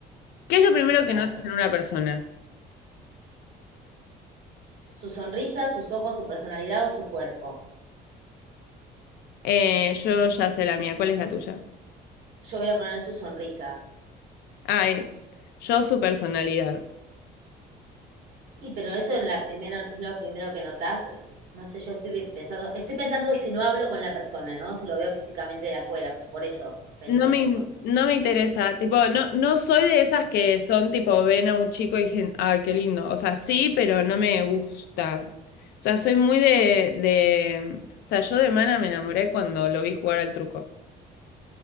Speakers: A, on the left (about 70°); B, on the right (about 75°).
A: ¿Qué es lo primero que
B: dale.
A: notas en una persona?
B: Su sonrisa, sus ojos, su personalidad o su cuerpo.
A: Eh, yo ya sé la mía, ¿cuál es la tuya?
B: Yo voy a poner su sonrisa.
A: Ay, yo su personalidad.
B: Y pero eso en la primera, lo primero que notás, eh, no sé, yo estoy pensando, estoy pensando si no hablo con la persona, ¿no? Si lo veo físicamente de afuera, por eso pensé
A: No me,
B: en eso.
A: in- no me interesa, tipo, no, no soy de esas que son tipo, ven a un chico y dicen, ay, qué lindo. O sea, sí, pero no me gusta. O sea, soy muy de, de... O sea, yo de Mana me enamoré cuando lo vi jugar al truco.